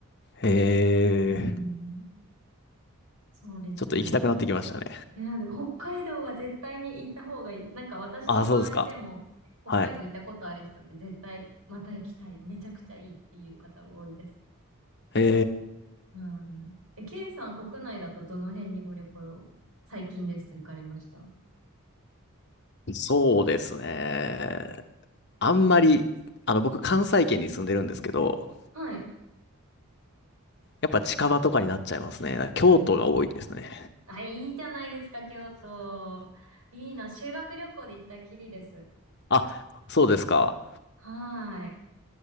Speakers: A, on the left; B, on the right.
A: えー。
B: うーん。そうですね。
A: ちょっと行きたくなってきましたね。
B: いや、でも北海道は絶対に行った方がいいです。なんか私の周りでも、
A: ああ、そうですか。
B: 北海道行ったことある人って絶対また行きたい。
A: はい。
B: めちゃくちゃいいっていう方多いです。
A: え
B: はい。え、K さん国内だとどの辺にご旅行、最近ですと行かれました
A: ー。そうですね。あんまり、あの、僕、関西圏に住んでるんですけど、
B: はい。
A: やっぱ近場とかになっちゃいますね。京都が多いですね。
B: あ、いいじゃないですか、京都。いいな。修学旅行で行ったきりです。
A: あ、そうですか。
B: はい。